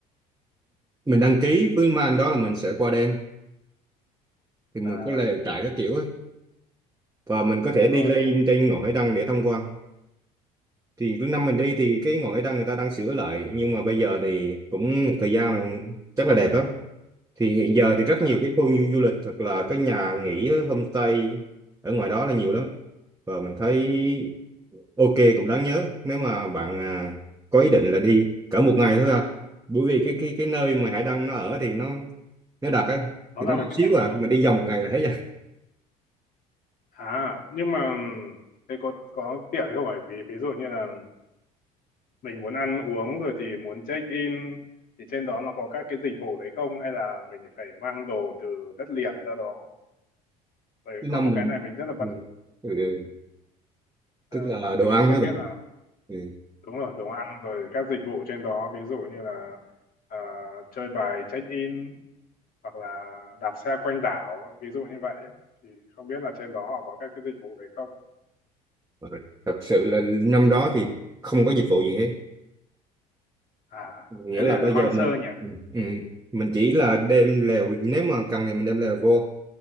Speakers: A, on the right (about 15°); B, on the left (about 50°).
A: mình đăng ký với mấy anh đó là mình sẽ qua đêm thì mình
B: à,
A: có lều trại các kiểu ấy. và mình có thể
B: đúng
A: đi
B: rồi,
A: lên
B: đúng.
A: trên ngọn hải đăng để tham quan thì năm mình đi thì cái ngọn hải đăng người ta đang sửa lại nhưng mà bây giờ thì cũng một thời gian chắc là đẹp lắm thì hiện giờ thì rất
B: À,
A: nhiều cái khu du lịch thật là cái nhà nghỉ á, homestay ở ngoài đó là nhiều lắm và mình thấy ok cũng đáng nhớ nếu mà bạn à, có ý định là đi cỡ một ngày thôi à bởi vì cái cái cái nơi mà Hải Đăng nó ở thì nó nó đặc ấy
B: nó
A: thì
B: là
A: nó
B: một
A: nhỏ xíu
B: cái đảo
A: à mình đi vòng một ngày là hết rồi
B: À, nhưng mà ừ, thế có có tiện không phải vì ví dụ như là mình muốn ăn uống rồi thì muốn check in thì trên đó nó có các cái dịch vụ đấy không hay là mình phải mang đồ từ đất liền ra đó. Bởi vì
A: thứ
B: có
A: năm
B: một
A: mình
B: cái này mình rất là băn
A: ừ. Ừ. ừ. tức
B: à,
A: là đồ
B: thì mình
A: ăn
B: không
A: hả bạn
B: biết là
A: ừ.
B: đúng rồi đồ ăn rồi các dịch vụ trên đó ví dụ như là à, chơi bài check in hoặc là đạp xe quanh đảo ví dụ như vậy ấy. Thì không biết là trên đó họ có các cái dịch vụ đấy không.
A: Ờ, thật sự là năm đó thì không có dịch vụ gì hết
B: À,
A: nghĩa
B: thế
A: là
B: thì lại
A: bây giờ
B: hoang sơ
A: mình
B: nhỉ.
A: Ừ. ừ, mình chỉ là đem lèo nếu mà cần thì mình đem lèo vô